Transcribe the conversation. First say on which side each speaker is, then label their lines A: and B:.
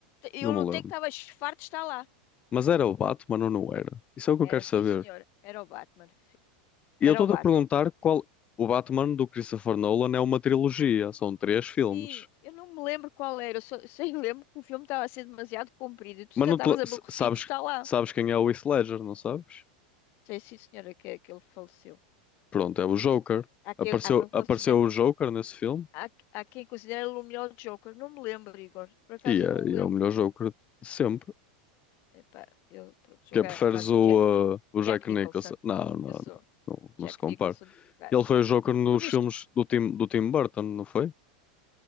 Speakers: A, on the left; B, on the left.
A: Eu
B: não me
A: notei
B: lembro.
A: que estava farto de estar lá.
B: Mas era o Batman ou não era? Isso é o que
A: Era,
B: eu quero
A: sim,
B: saber.
A: senhor. Era o Batman.
B: E
A: Era
B: eu estou-te
A: o Batman.
B: a perguntar qual. O Batman do Christopher Nolan é uma trilogia, são três filmes.
A: Sim, eu não me lembro qual era, eu só, só me <laughs> lembro que o filme estava a ser demasiado comprido e tu
B: Mas
A: já
B: não
A: estavas
B: te...
A: aborrecido,
B: s- sabes...
A: de estar lá.
B: sabes quem é o Heath Ledger, não sabes?
A: Sei sim, senhora, que, que ele faleceu.
B: Pronto, é o Joker.
A: Há quem,
B: Apareceu,
A: há quem considera,
B: apareceu o Joker nesse filme
A: há, há quem considera ele o melhor Joker. Não me lembro, Igor. Por acaso
B: e é,
A: não me
B: e
A: lembro.
B: é o melhor Joker de sempre.
A: Epá, eu pronto, sou
B: Que
A: garrafado
B: é, preferes o,
A: de Jack, Ni-
B: uh, o
A: Jack
B: Jack
A: Nicholson.
B: Nicholson? Não, não, não,
A: Eu sou
B: não,
A: Jack
B: não se compara.
A: Nicholson, gajo.
B: Ele foi o Joker nos
A: Tu viste?
B: filmes do Tim, do Tim Burton, não foi?